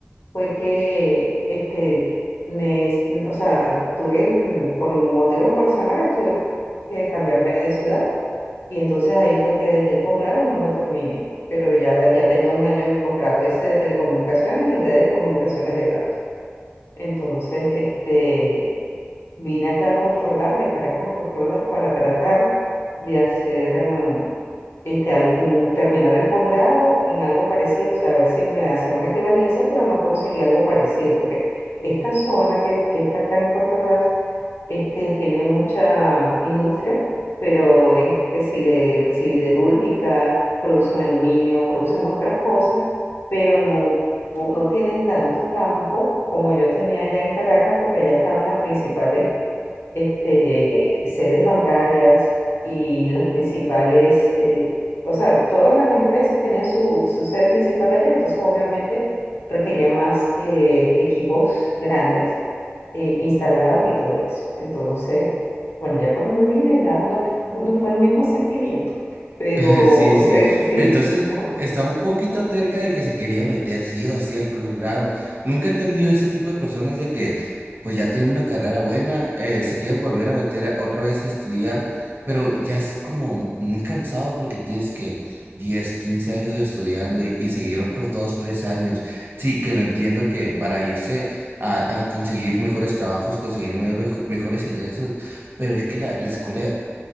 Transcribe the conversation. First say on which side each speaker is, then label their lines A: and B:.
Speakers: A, on the left; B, on the right.
A: fue que, este, me, o sea, tuve, el- por motivos personales, tuve que cambiarme de ciudad. Y entonces ahí fue que dejé el posgrado y no lo terminé, pero ya, ya tenía un año del posgrado ese de telecomunicaciones y redes de comunicaciones de datos. Entonces, este, Vine acá a Puerto Ordaz, de Caracas a Puerto Ordaz, para tratar de hacer, mm, este, al- un- terminar el posgrado en algo parecido, o sea, a ver si me hacía una equivalencia, pero no conseguí algo parecido, porque esta zona que, que está acá en Puerto Ordaz, este, tiene mucha industria, pero es que si de siderúrgica, producen aluminio, producen otras cosas, pero no, no tienen tanto campo como yo tenía allá en Caracas, porque allá estaban las principales este, sedes bancarias y los principales, eh, o sea, todas las empresas tenían su, su sede principal allá, entonces obviamente requería más eh, equipos grandes eh, instalados y todo eso. Entonces, bueno, ya cuando me vine ya no, no fue el mismo sentimiento, pero
B: <laughs> Sí, sí.
A: sí, sí.
B: Entonces,
A: ajá.
B: estaba un poquito terca de que se quería meter sí o sí al posgrado. Nunca he entendido ese tipo de personas de que, pues ya tienen una carrera buena, eh, se quieren volver a meter a- otra vez a estudiar, pero ya es como muy cansado porque tienes que 10, 15 años estudiando y, y seguir otros 2, 3 años. Sí, que lo entiendo que para irse a, a conseguir mejores trabajos, conseguir mejores, mejores ingresos, pero es que la, la escuela